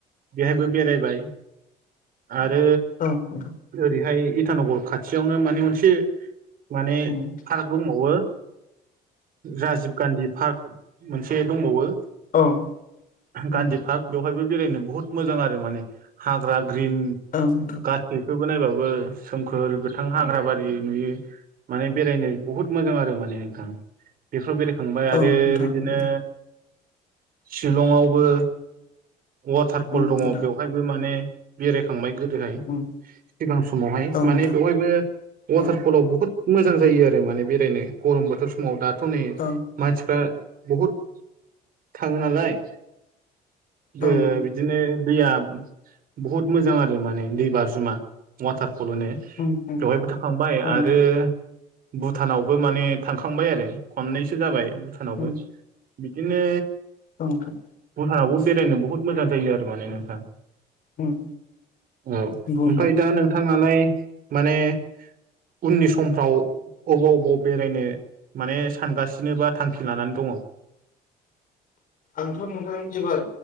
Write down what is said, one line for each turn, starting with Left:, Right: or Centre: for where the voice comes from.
Right: बेहायबो बेरायबाय आरो
Left: औ नोंथां।
Right: ओरैहाय इटानगर खाथियावनो माने मोनसे माने
Left: उम
Right: फार्क दंबावो राजिब गान्धी पार्क मोनसे दंबावो
Left: औ उम
Right: गान्धी पार्क बेवहायबो बेरायनो बुहुत मोजां आरो माने हाग्रा ग्रिन
Left: ओं बेथ'
Right: बेखोबो नायबाबो सोमखोर गोथां हाग्रा बारि नुयो। माने बेरायनो बहुद मोजां आरो माने नोंथां। बेफोराव बेरायखांबाय
Left: औ
Right: आरो
Left: नोंथां
Right: बिदिनो
Left: नंगौ
Right: शलंआवबो वाटार फल
Left: उम
Right: दङ
Left: नोंथां
Right: बेवहायबो माने बेरायखांबाय गोदोहाय।
Left: उम
Right: सिगां समावहाय
Left: औ नोंथां
Right: माने बेवहायबो
Left: औ
Right: वाटार फलाव बुहुद मोजां जायो आरो माने बेरायनो गरम बोथोर समाव दाथ' नै
Left: औ
Right: मानसिफ्रा बहुद थाङो नालाय गो बि
Left: औ नोंथां
Right: बिदिनो दैया बहुद मोजां आरो माने दै बाज्रुमा वाटारफल होनो।
Left: उम उम
Right: बेवहायबो थाखांबाय
Left: औ नोंथां
Right: आरो भुटानावबो माने थांखांबाय आरो खननैसो जाबाय भुटानावबो।
Left: उम
Right: बिदिनो
Left: औ नोंथां।
Right: हरावब बेरायनो बहुत मोजां जायो आरो माने नोंथां।
Left: उम
Right: औ ओमफ्राय
Left: नंगौ नोंथां
Right: दा नोंथाङालाय माने उननि समफ्राव अबाव अबाव बेरायनो माने सानगासिनो बा थांखि लानानै दङ
Left: आंथ' नोंथां एबार